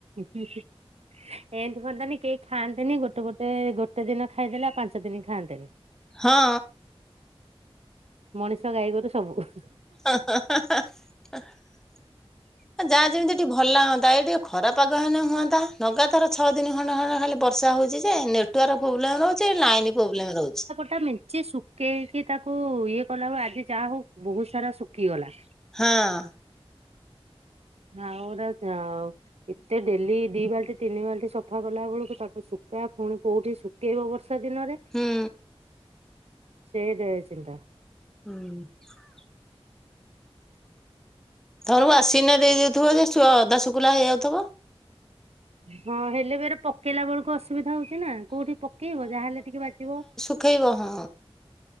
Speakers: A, on the right; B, in the centre.
A: ହଁ ହଁ, ଏନ୍ତି ହୁଅନ୍ତାନି କେ ଖାଆନ୍ତେନି, ଗୋଟେ ଗୋଟେ ଗୋଟେ ଦିନ ଖାଇଦେଲେ ପାଞ୍ଚ ଦିନ ଖାଆନ୍ତେନି।
B: ହଁ।
A: ମଣିଷ, ଗାଈ ଗୋରୁ ସବୁ।
B: ଯାହା ଯେମିତିି ଟିକେ ଭଲ ହୁଅନ୍ତା। ଏଠି ଖରାପାଗ ହେଲେ ହୁଅନ୍ତା। ଲଗାତାର ଛଅ ଦିନ ଖଣ୍ଡେ ଖଣ୍ଡ ଖାଲି ବର୍ଷା ହଉଛି ଯେ ନେଟୱାର୍କ ପ୍ରୋବ୍ଲେମ ରହୁ ଛି, ଲାଇନ୍ ପ୍ରୋବ୍ଲେମ ରହୁଛି।
A: ତା ମେଞ୍ଚ ଶୁଖେଇକି ତାକୁ ଇଏ କଲା ବେଳକୁ ଆଜି ଯାହା ହଉ ବହୁତ ସାରା ଶୁଖିଗଲା।
B: ହଁ।
A: <unintelligible> ଏତେ ଡେଲି ଦି ବାଲଟି ତିନି ବାଲଟି ସଫା କଲା ବେଳକୁ ତାକୁ ଶୁଖା ପୁଣି କୋଉଠି ଶୁ ଖେଇବ ବର୍ଷା ଦିନରେ
B: ହୁଁ
A: ସେଇଟା ଚିନ୍ତା।
B: ହୁଁ। ତମର ୱଶିଙ୍ଗ୍ ରେ ଦେଇ ଦଉଥିବ ଯେ ଅଧା ଶୁଖିଲା ହେଇଯାଉଥିବ।
A: ହଁ, ହେଲେ ବି ଏରେ ପକେଇଲା ବେଳକୁ ଅସୁବିଧା ହଉଛିି ନା କୋଉଠି ପକେଇବ ଯାହାହେଲେ ଟିକେ ବାଜିବ।
B: <unintelligible> ଖେଇବ ହଁ